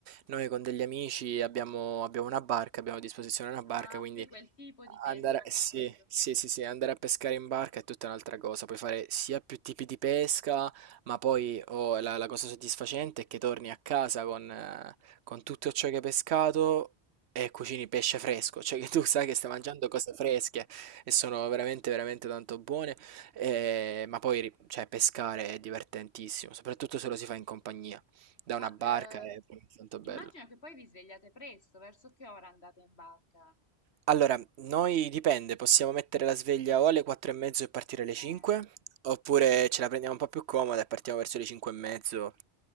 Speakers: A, on the right; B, on the left.
A: noi con degli amici abbiamo, abbiamo una barca, abbiamo a disposizione una
B: Ah,
A: barca, quindi
B: ok, quel tipo di pesca,
A: Andare,
B: ora
A: eh sì,
B: ho capito.
A: sì, sì, sì, andare a pescare in barca è tutta un'altra cosa, puoi fare sia più tipi di pesca, ma poi oh, la, la cosa soddisfacente è che torni a casa con, eh, con tutto ciò che hai pescato e cucini pesce fresco, cioè che tu <laughs> sai che stai mangiando cose fresche e sono veramente, veramente tanto buone, eh, ma poi ri- cioè, pescare è divertentissimo, soprattutto se lo si fa in compagnia, da
B: Ma
A: una barca
B: eh,
A: è tanto bello.
B: immagino che poi vi svegliate presto, verso che ora andate in barca?
A: Allora, noi dipende, possiamo mettere la sveglia o alle 4 e mezzo e partire alle
B: Eh.
A: 5, oppure ce la prendiamo un po' più comoda e partiamo verso le 5 e mezzo.